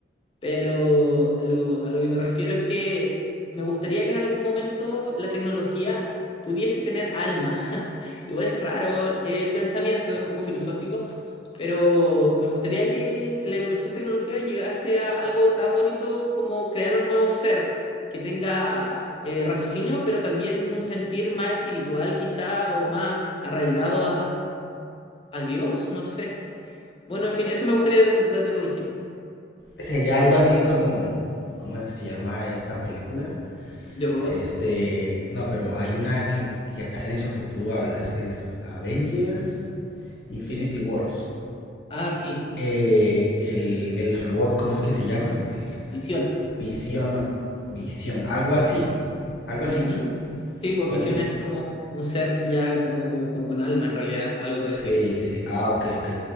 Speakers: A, on the left; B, on the left.
A: Pero lo, a lo que me refiero es que me gustaría que en algún momento la tecnología pudiese tener alma. <laughs> Igual es raro el pensamiento, es un poco filosófico, pero me gustaría que la evolución tecnológica llegase a algo tan bonito como crear un nuevo ser que tenga eh, raciocinio, pero también un sentir más espiritual quizá o más arraigado a, a Dios, no sé. Bueno, en fin, eso me gustaría de la tecnología.
B: Sería algo así como, ¿cómo se llama esa película?
A: Yo robot.
B: Este, no, pero hay una que, que hacen eso que tú hablas, es Avengers Infinity Wars.
A: Ah, sí,
B: Eh, el, el robot, ¿cómo es que se llama? El
A: visión.
B: Visión, Visión, algo así, algo
A: Ujú.
B: así,
A: Sí, pues
B: algo
A: visión
B: así.
A: es como un ser que ya como, como, como con alma en realidad, algo parecido.
B: Sí, sí, ah, ok, ok.